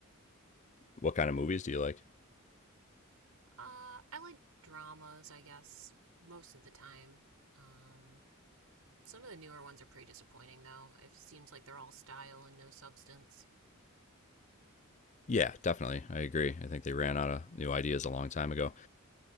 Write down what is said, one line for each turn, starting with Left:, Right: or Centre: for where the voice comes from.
Left: What kind of movies do you like?
Right: Uh, I like dramas, I guess, most of the time. Um, some of the newer ones are pretty disappointing, though. It seems like they're all style and no substance.
Left: Yeah, definitely. I agree. I think they ran out of new ideas a long time ago.